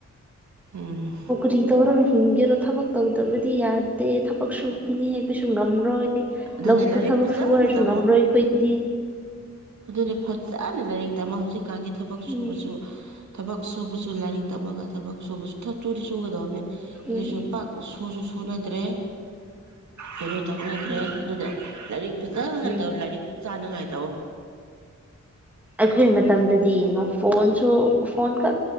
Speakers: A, on the right; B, in the centre.
A: ꯎꯝ
B: ꯁꯤꯁꯤꯡꯒꯔ ꯊꯥꯕꯛ ꯇꯧꯗꯕꯗꯤ ꯌꯥꯗꯦ ꯊꯕꯛ ꯁꯨꯕꯅꯤ ꯍꯥꯏꯕꯁꯨ ꯉꯝꯔꯣꯏ
A: ꯑꯗꯨꯅꯦ
B: ꯂꯧꯕꯨꯛꯇ
A: ꯂꯥꯏꯔꯤꯛ
B: ꯊꯕꯛ
A: ꯐꯖꯅ
B: ꯁꯨ ꯍꯥꯏꯔꯁꯨ
A: ꯇꯝꯃꯣ
B: ꯉꯝꯔꯣꯏ ꯑꯩꯈꯣꯏꯗꯤ
A: ꯑꯗꯨꯅꯦ ꯐꯖꯥꯅꯦ ꯂꯩ ꯇꯃꯣ ꯍꯧꯖꯤꯛꯀꯥꯟꯗꯤ ꯊꯕꯛ ꯁꯨꯕꯁꯨ
B: ꯎꯝ
A: ꯊꯕꯛ ꯁꯨꯕꯁꯨ ꯁꯨ ꯂꯥꯏꯔꯤꯛ ꯇꯝꯃꯒ ꯊꯕꯛ ꯁꯨꯕꯁꯨ ꯊ ꯊꯨꯗꯤ ꯁꯨꯒꯗꯕꯅꯦ ꯑꯗꯨꯁꯨ
B: ꯎꯝ
A: ꯄꯥꯛ ꯁꯨꯁꯨ ꯁꯨꯅꯗ꯭ꯔꯦ ꯇꯔꯣ ꯇꯧꯅꯈ꯭ꯔꯦ
B: ꯎꯝ
A: ꯑꯗꯨꯅ ꯂꯥꯏꯔꯤꯛ ꯐꯖꯅ
B: ꯎꯝ
A: ꯇꯧ ꯂꯥꯏꯔꯤꯛ ꯆꯥꯅꯉꯥꯏ ꯇꯧ
B: ꯑꯩꯈꯣꯏ ꯃꯇꯝꯗꯗꯤ ꯌꯦꯡꯉꯣ ꯐꯣꯟꯁꯨ ꯐꯣꯟ ꯈꯛ